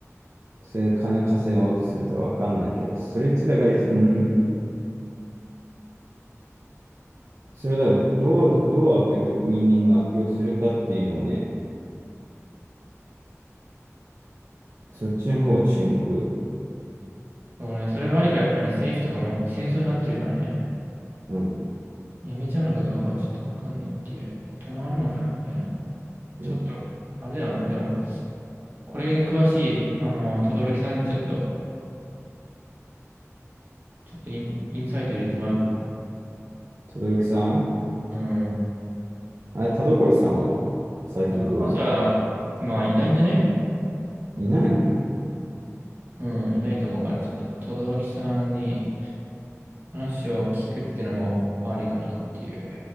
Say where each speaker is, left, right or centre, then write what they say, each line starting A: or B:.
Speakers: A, on the right; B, on the right.
A: それで金稼ごうとするとかわかんないけど、それつらが一番、うんそれをだからどう、どう悪用人間が悪用するかっていうのをね、そっちの方が注目。
B: そうね。それがあるからやっぱりね、政府とかも戦争になってるからね。
A: うん。
B: やめちゃうのかどうかはちょっとわかんないっていう。止まんのかなみたいな。
A: うん。うん
B: ちょっと、あれだよな。でも、これに詳しい、あの、轟さんにちょっと、ちょっとイン、インサイト入れてもらうか。
A: 轟さん
B: うん。
A: あれ、田所さんは最近どうなの
B: 働くこそは、今いないんじゃね
A: いないの
B: うん、いないと思うから、ちょっと、轟さんに話を聞くってのもありかなっていう。